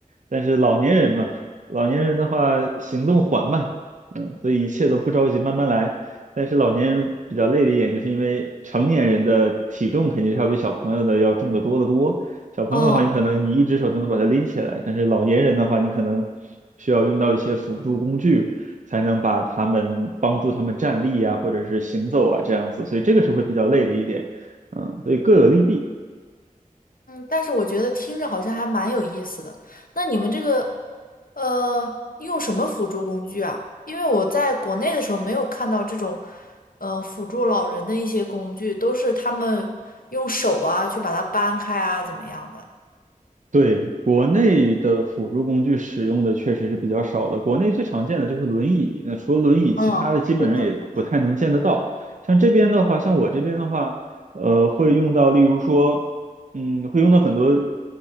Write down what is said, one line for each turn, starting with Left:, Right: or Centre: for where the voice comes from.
Right: 但是老年人嘛，老年人的话行动缓慢。嗯，所以一切都不着急，慢慢来。但是老年人比较累的一点，就是因为成年人的体重肯定是要比小朋友的要重得多得多。小朋友的话，
Left: 嗯，
Right: 你可能你一只手就能把它拎起来，但是老年人的话，你可能需要用到一些辅助工具，才能把他们帮助他们站立啊，或者是行走啊这样子。所以这个是会比较累的一点。嗯，所以各有利弊。
Left: 但是我觉得听着好像还蛮有意思的。那你们这个，呃，用什么辅助工具啊？因为我在国内的时候没有看到这种，呃，辅助老人的一些工具，都是他们用手啊去把它搬开啊，怎么样的？
Right: 对，国内的辅助工具使用的确实是比较少的。国内最常见的就是轮椅，那除了轮椅，其他的基本上也不太能见得到。
Left: 嗯，是的，是的。
Right: 像这边的话，像我这边的话，呃，会用到，例如说，嗯，会用到很多